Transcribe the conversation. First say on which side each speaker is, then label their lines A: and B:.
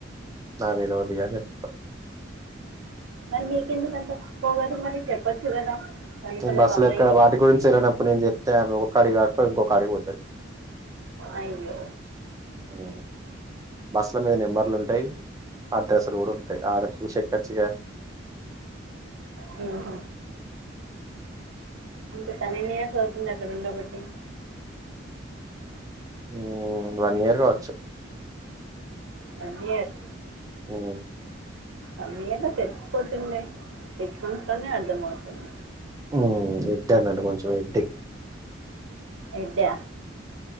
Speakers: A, on the right; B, on the right.
A: నా వేలువ ఇక చెప్ప
B: మరి మీకెందు కంత పొగరు మరి చెప్పొచ్చు కదా కనుకొని
A: నేను బస్సులు
B: ఒక అమ్మాయికి
A: ఎక్కడ వాటి గురించి వెళ్ళినప్పుడు నేను చెప్తే ఆమె ఒ అడి కాకపో ఇంకొక కడికి పోతంది
B: అయ్యో
A: అయ్యో బస్సుల మీద నెంబర్లు ఉంటాయి అడ్రసులు కూడా ఉంటాయి ఆగా చూసి ఎక్కచ్చుగా
B: హమ్ అంత తన ఎన్ని ఇయర్స్ అవుతుంది అక్కడ ఉన్నప్పటికీ
A: ఉమ్ వన్ ఇయర్ కావచ్చు
B: వన్ ఇయర్
A: అవు
B: అన్నీ అలా తెచ్చిపోతుందే తెచ్చట్లోనే అర్థంమవుతుంది
A: ఉమ్ ఎడ్డనండి కొంచెం ఎడ్డి
B: ఎడ్డి